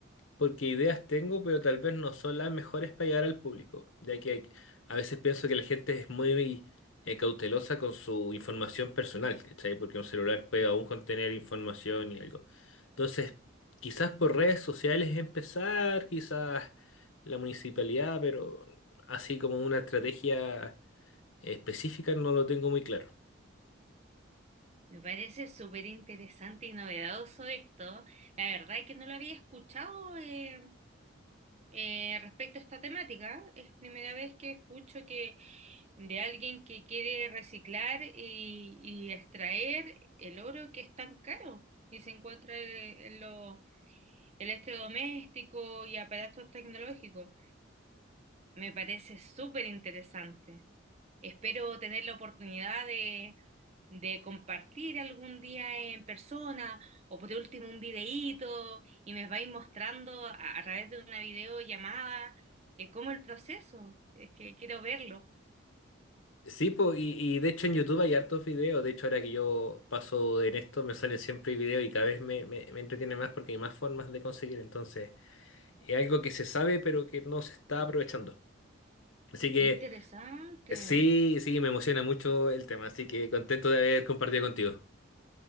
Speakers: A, on the left (about 80°); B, on the right (about 35°).
A: porque ideas tengo, pero tal vez no son las mejores para llegar al público, ya que hay- a veces pienso que la gente es muy eh, cautelosa con su información personal, ¿cachai? Porque un celular puede aún contener información y algo. Entonces, quizás por redes sociales empezar, quizás la municipalidad, pero así como una estrategia específica no lo tengo muy claro.
B: Me parece súper interesante y novedoso esto. La verdad es que no lo había escuchado eh, eh, respecto a esta temática. Es primera vez que escucho que de alguien que quiere reciclar y, y extraer el oro que es tan caro y se encuentra en, en los electrodomésticos y aparatos tecnológicos. Me parece súper interesante. Espero tener la oportunidad de, de compartir algún día en persona o por último un videíto y me vais mostrando a, a través de una videollamada eh, cómo el proceso. Es que quiero verlo.
A: Sí, po, y, y de hecho en YouTube hay hartos videos. De hecho, ahora que yo paso en esto, me salen siempre videos y cada vez me, me, me entretiene más porque hay más formas de conseguir. Entonces, es algo que se sabe, pero que no se está aprovechando. Así que
B: Qué interesante.
A: sí, sí, me emociona mucho el tema. Así que contento de haber compartido contigo.